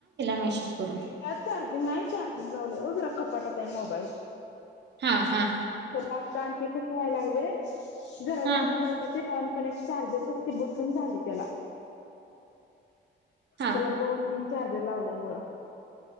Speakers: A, on the right (about 60°); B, on the left (about 65°).
A: मेसेज करून
B: <unintelligible> नाही चार्जिंग लावलंय जरा वो. कपाटात आहे मोबाईल.
A: हां, हां.
B: आसं आणि ते कस व्हाय लागलय जरा
A: हा
B: जरी हाल्ल ना ते ऑन कनेक्ट चार्जर कस ते बसना झालय तेला.
A: हा
B: त्याला दोन-तीन चार्जर लावल्यामुळ.